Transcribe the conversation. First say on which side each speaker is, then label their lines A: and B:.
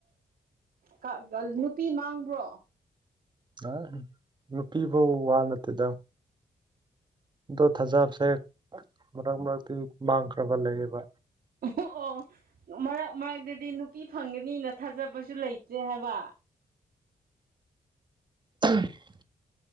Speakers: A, on the right (about 75°); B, on the right (about 30°).
A: ꯀꯥ ꯒꯜ ꯅꯨꯄꯤ ꯃꯥꯡꯕ꯭ꯔꯣ
B: ꯑꯥ ꯅꯨꯨꯄꯤ ꯐꯧ ꯋꯥ ꯅꯠꯇꯦꯗ ꯑꯗꯣ ꯊꯥꯖꯥꯕꯁꯦ ꯃꯔꯛ ꯃꯔꯛꯇꯤ ꯃꯥꯡꯈ꯭ꯔꯥꯕ ꯂꯩꯌꯦꯕ
A: ꯑꯣ ꯃꯔꯛ ꯃꯔꯛꯇꯗꯤ ꯅꯨꯄꯤ ꯐꯪꯒꯅꯤꯅ ꯊꯥꯖꯕꯁꯨ ꯂꯩꯇ꯭ꯔꯦ ꯍꯥꯏꯕ
B: <unintelligible>